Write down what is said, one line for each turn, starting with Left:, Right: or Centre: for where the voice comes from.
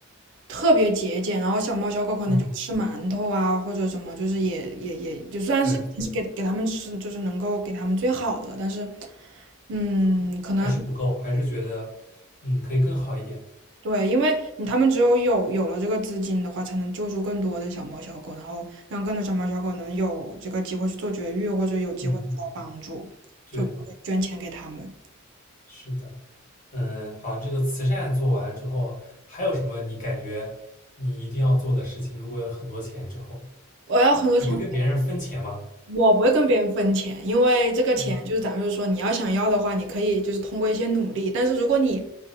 Right: 特别节俭，然后小猫小狗可能就吃馒头啊或者什么，
Left: 嗯，
Right: 就是也也也就虽然是是给给他们吃，
Left: 对，
Right: 就是能够给他们最好的，但是嗯，可能
Left: 还是不够，还是觉得嗯可以更好一点。
Right: 对，因为你他们只有有有了这个资金的话，才能救助更多的小猫小狗，然后让更多小猫小狗能有这个机会去做绝育，或者有机会得到帮助，
Left: 嗯嗯，对，
Right: 就会捐钱给他们。
Left: 是的。嗯，好，这个慈善做完了之后，还有什么你感觉你一定要做的事情？如果有很多钱之后，
Right: 我要很多钱，
Left: 你会跟别人分钱吗？
Right: 我不会跟别人分钱，因为这个钱就是咱们就说你要想要的话，
Left: 嗯
Right: 你可以就是通过一些努力。但是如果你